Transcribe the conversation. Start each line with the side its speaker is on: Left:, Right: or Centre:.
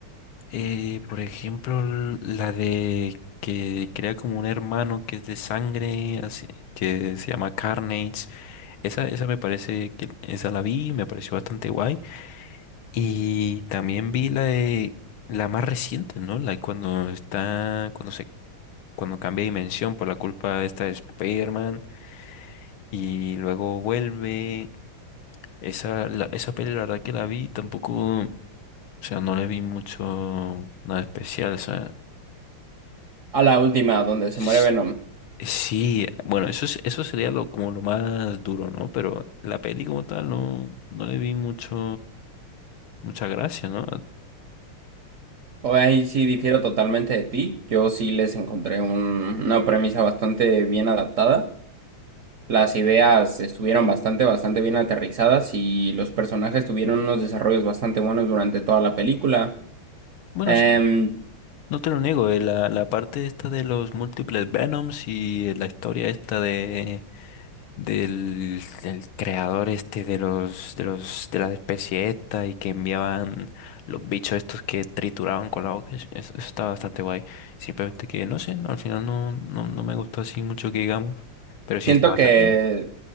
Left: eh, por ejemplo, l- la de que crea como un hermano que es de sangre, así que se llama Carnage. Esa, esa me parece que esa la vi, me pareció bastante guay. Y también vi la de la más reciente, ¿no? La cuando está, cuando se, cuando cambia de dimensión por la culpa esta de Spider-Man y luego vuelve. Esa, la, esa peli, la verdad que la vi, tampoco, o sea, no le vi mucho nada especial, o sea,
Right: a la última, donde
Left: s-
Right: se muere Venom.
Left: sí, bueno, eso es, eso sería lo, como lo más duro, ¿no? Pero la peli como tal no, no le vi mucho, mucha gracia, ¿no?
Right: O ahí sí difiero totalmente de ti. Yo sí les encontré un- una premisa bastante bien adaptada. Las ideas estuvieron bastante, bastante bien aterrizadas y los personajes tuvieron unos desarrollos bastante buenos durante toda la película.
Left: Bueno,
Right: Em,
Left: sí. No te lo niego, eh, la, la parte esta de los múltiples Venoms y eh, la historia esta de del, del creador este de los de los de la especie esta y que enviaban los bichos estos que trituraban con la boca, eso, eso está bastante guay. Simplemente que no sé, no, al final no, no, no me gustó así mucho que digamos, pero sí
Right: Siento
Left: está bastante
Right: que
Left: bien.